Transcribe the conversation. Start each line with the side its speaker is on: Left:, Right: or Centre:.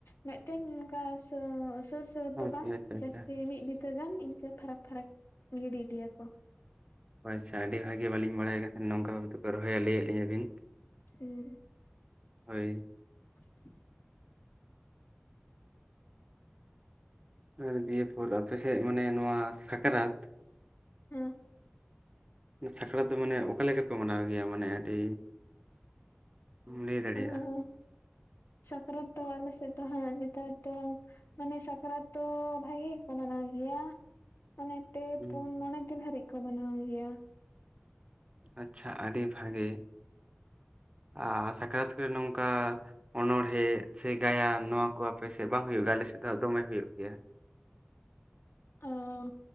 Left: ᱢᱮᱜᱴᱮᱱ ᱚᱱᱠᱟ ᱥᱚ ᱥᱳ-ᱥᱚ ᱛᱳᱨ ᱫᱚ
Right: ᱟᱪᱪᱷᱟ
Left: ᱵᱟᱝ
Right: ᱟᱪᱪᱷᱟ ᱟᱪᱪᱷᱟ
Left: ᱡᱟᱹᱥᱛᱤ ᱢᱤᱫ ᱵᱤᱛᱟᱹ ᱜᱟᱱ ᱤᱱᱠᱟᱹ ᱯᱷᱟᱨᱟᱠ ᱯᱷᱟᱨᱟᱠ ᱜᱤᱰᱤ ᱤᱫᱤᱭᱟ ᱠᱚ ᱾
Right: ᱚ ᱟᱪᱪᱷᱟ ᱟᱹᱰᱤ ᱵᱷᱟᱜᱤ ᱵᱟᱹᱞᱤᱧ ᱵᱟᱲᱟᱭ ᱠᱟᱱ ᱛᱟᱸᱦᱮᱱᱟ ᱱᱚᱝᱠᱟ ᱦᱳᱭ ᱛᱚ ᱠᱚ ᱨᱚᱦᱚᱭᱟ ᱞᱟᱹᱭᱟᱫ ᱞᱤᱧᱟᱹ ᱵᱤᱱ ᱾
Left: ᱦᱩᱸ ᱾
Right: ᱦᱳᱭ ᱾
Left: <inaudible>
Right: ᱟ ᱫᱤᱭᱮ ᱯᱚᱨ ᱟᱯᱮ ᱥᱮᱫ ᱢᱟᱱᱮ ᱱᱚᱣᱟ ᱥᱟᱠᱨᱟᱛ ᱾
Left: ᱦᱩᱸ ᱾
Right: ᱥᱟᱠᱨᱟᱛ ᱫᱚ ᱢᱟᱱᱮ ᱚᱠᱟ ᱞᱮᱠᱟ ᱯᱮ ᱢᱟᱱᱟᱣ ᱜᱮᱭᱟ? ᱢᱟᱱᱮ ᱟᱹᱰᱤ
Left: <unintelligible>
Right: ᱞᱟᱹᱭ ᱫᱟᱲᱮᱭᱟᱜᱼᱟ <inaudible>
Left: ᱥᱟᱠᱨᱟᱛ ᱛᱚ ᱟᱞᱮ ᱥᱮᱫ ᱫᱚ ᱦᱟᱸᱜ ᱱᱮᱛᱟᱨ ᱫᱚ ᱢᱟᱱᱮ ᱥᱟᱯᱲᱟᱛ ᱛᱚ ᱵᱷᱟᱜᱮ ᱜᱮᱠᱚ ᱢᱟᱱᱟᱣ ᱜᱮᱭᱟ ᱾ ᱢᱟᱱᱮ ᱯᱮ
Right: ᱦᱩᱸ,
Left: ᱯᱩᱱ ᱢᱚᱬᱮ ᱫᱤᱱ ᱦᱟᱹᱨᱤᱡ ᱠᱚ ᱢᱟᱱᱟᱣ ᱜᱮᱭᱟ ᱾
Right: ᱟᱪᱪᱷᱟ ᱟᱹᱰᱤ ᱵᱷᱟᱜᱮ, ᱟ ᱥᱟᱠᱨᱟᱛ ᱨᱮ ᱱᱚᱝᱠᱟ ᱚᱱᱚᱬᱦᱮᱸ ᱥᱮ ᱜᱟᱭᱟᱱ ᱱᱚᱣᱟ ᱠᱚ ᱟᱯᱮ ᱥᱮᱜ ᱵᱟᱝ ᱦᱩᱭᱩᱜᱼᱟ ᱟᱞᱮ ᱥᱮᱫ ᱫᱚ ᱦᱟᱸᱜ ᱫᱚᱢᱮ ᱦᱩᱭᱩᱜ ᱜᱮᱭᱟ ᱾
Left: ᱚᱸ